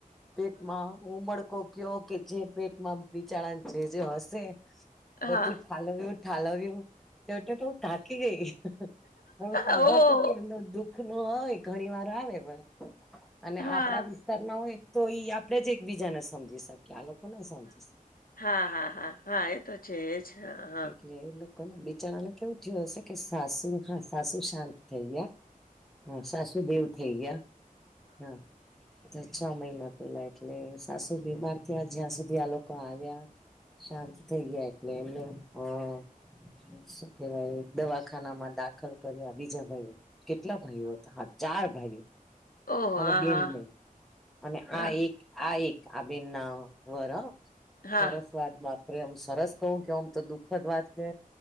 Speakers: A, in the centre; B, on the left.
A: પેટમાં ઉમળકો કયો કે જે પેટમાં બિચરાને જે જે હશે.
B: હા
A: બધું
B: હા
A: ઠાલવ્યું ઠાલવ્યું તેટે તો થાકી ગઈ. ઘણું સાંભળતું
B: ઓ
A: હતી એમનો દુઃખ નો હોય ઘણી વાર આવે અને
B: હા
A: આપડા
B: હા
A: વી તર ના હોય તો ઈ આપડે જ એક બીજાને સમજી શકીએ આ લોકોને સમજી શકે.
B: હા હા હા હા, એ તો છે એજ હા હા.
A: એટલે એ લોકોને બિચારાને કેવું થયું હશે કે સાસુ હા સાસુ શાંત થઈ ગયા. હા, સાસુ દેવ થેય ગયા હા. કે તે છ મહિના પેલા એટલે સાસુ બીમાર થયા જ્યાં સુધી આ લોકા આવ્યા શાંત થઇ ગયા એટલે એમને અહ શું કેટલાય દવાખાનામાં દાખલ કર્યા બીજા ભાઈ એ કે ટલા ભાઈઓ હતા હા ચાર ભાઈઓ
B: ઓહ
A: અને
B: હા
A: બેનને
B: હા
A: અને
B: હા
A: આ એક આ એક આ બેન ના વર હા
B: હા
A: સરસ વાત બાપરે એમ સરસ કહું કે આમ તો દુઃખદ વાત કે